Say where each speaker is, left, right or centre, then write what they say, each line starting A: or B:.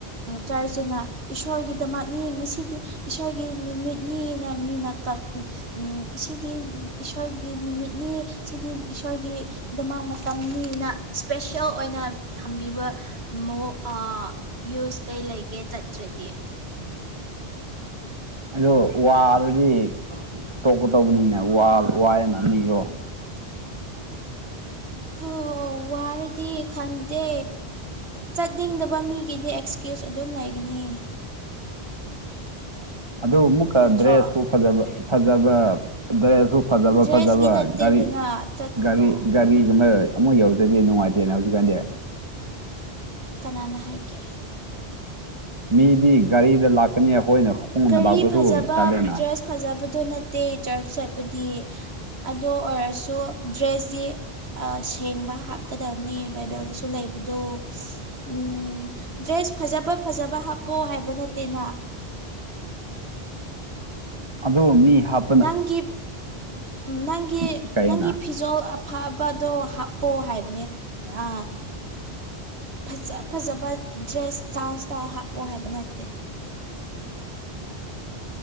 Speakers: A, on the right (about 80°); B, on the right (about 30°).
A: ꯆꯔꯆꯅ ꯏꯁꯣꯔꯒꯤꯗꯃꯛꯅꯤ ꯉꯁꯤꯗꯤ ꯏꯁꯣꯔ ꯒꯤ ꯅꯨꯃꯤꯠꯅꯤꯅ ꯃꯤꯅ ꯀꯛꯄꯤ ꯎꯝ ꯉꯁꯤꯗꯤ ꯏꯁꯣꯔꯒꯤ ꯅꯨꯃꯤꯠꯅꯤ ꯁꯤꯗꯤ ꯏꯁꯣꯔꯒꯤꯗꯃꯛ ꯃꯇꯝꯅꯤꯅ ꯏꯁꯄꯦꯁꯦꯜ ꯑꯣꯏꯅ ꯊꯝꯕꯤꯕ ꯃꯣ ꯑ ꯌꯨꯁ ꯀꯩ ꯂꯩꯒꯦ ꯆꯠꯇ꯭ꯔꯗꯤ
B: ꯍꯜꯂꯣ ꯋꯥꯕꯗꯤ ꯇꯣꯛꯀꯇꯧꯕꯅꯤꯅ ꯋꯥ ꯋꯥꯏꯅ ꯅꯤꯌꯣ
A: ꯍꯣ ꯋꯥꯔꯗꯤ ꯈꯪꯗꯦ ꯆꯠꯅꯤꯡꯗꯕ ꯃꯤꯒꯤꯗꯤ ꯑꯦꯛꯁ ꯀ꯭ꯌꯨꯁ ꯑꯗꯨꯝ ꯂꯩꯒꯅꯤ
B: ꯑꯗꯨ ꯑꯃꯨꯛꯀ
A: ꯅꯠꯇ꯭ꯔꯣ
B: ꯗ꯭ꯔꯦꯁꯁꯨ ꯐꯖꯕ ꯐꯖꯕ ꯗ꯭ꯔꯦꯁ ꯁꯨ ꯐꯖꯕ
A: ꯗ꯭ꯔꯦꯁꯀꯤ
B: ꯐꯖꯕ
A: ꯅꯠꯇꯦꯗꯅ
B: ꯒꯥꯔꯤ
A: ꯆꯠꯄꯗꯣ
B: ꯒꯥꯔꯤ ꯒꯥꯔꯤ ꯀꯥꯏ ꯑꯃꯨꯛ ꯌꯧꯗ꯭ꯔꯗꯤ ꯅꯨꯡꯉꯥꯏꯇꯦꯅ ꯍꯧꯖꯤꯛꯀꯥꯟꯗꯤ
A: ꯀꯅꯥꯅ ꯍꯥꯏꯒꯦ
B: ꯃꯤꯗꯤ ꯒꯥꯔꯤꯗ ꯂꯥꯛꯀꯅꯤ ꯑꯩꯈꯣꯏꯅ ꯈꯣꯡꯅ
A: ꯒꯥꯔꯤ
B: ꯂꯥꯛꯄꯁꯨ
A: ꯐꯖꯕ
B: ꯇꯜꯂꯦꯅ
A: ꯗ꯭ꯔꯦꯁ ꯐꯖꯕꯗꯣ ꯅꯠꯇꯦ ꯆꯔꯆ ꯆꯠꯄꯗꯤ ꯑꯗꯨ ꯑꯣꯏꯔꯁꯨ ꯗ꯭ꯔꯦꯁꯇꯤ ꯑ ꯁꯦꯡꯕ ꯍꯥꯞꯀꯗꯕꯅꯤ ꯕꯥꯏꯕꯦꯜꯗꯁꯨ ꯂꯩꯕꯗꯣ ꯎꯝ ꯗ꯭ꯔꯦꯁ ꯐꯖꯕ ꯐꯖꯕ ꯍꯥꯞꯄꯣ ꯍꯥꯏꯕ ꯅꯠꯇꯦꯅ
B: ꯑꯗꯨ ꯃꯤ ꯍꯥꯞ
A: ꯅꯪꯒꯤ ꯅꯪꯒꯤ
B: ꯏꯀꯥꯏꯌꯦꯅ
A: ꯅꯪꯒꯤ ꯐꯤꯖꯣꯜ ꯐꯕꯗꯣ ꯍꯥꯞꯄꯣ ꯍꯥꯏꯕꯅꯦ ꯑ ꯐꯖ ꯐꯖꯕ ꯗ꯭ꯔꯦꯁ ꯏꯁꯇꯥꯜꯠꯇ ꯍꯥꯞꯄꯣ ꯍꯥꯏꯕ ꯅꯠꯇꯦ